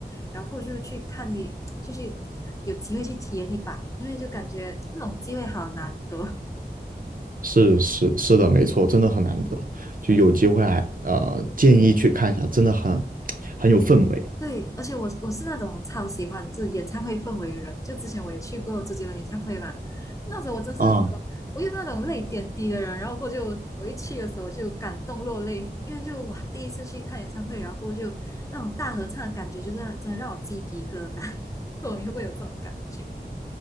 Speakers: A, on the left; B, on the right.
A: 然后过去去看一，就去有机会去体验一把，因为就感觉这种机会好难得。
B: 是是是的，没错，真的很难得，就有机会还呃建议去看一下，真的很很有氛围
A: 对，而且我我是那种超喜欢就是演唱会氛围的人，就之前我也去过周杰伦演唱会嘛，那时候我真是
B: 啊！
A: 我又是那种泪点低的人，然后过后就我一去的时候就感动落泪，因为就哇第一次去看演唱会，然后过后就那种大合唱的感觉，就是让真的让我鸡皮疙瘩，<laughs> 不懂你会不会有这种感觉？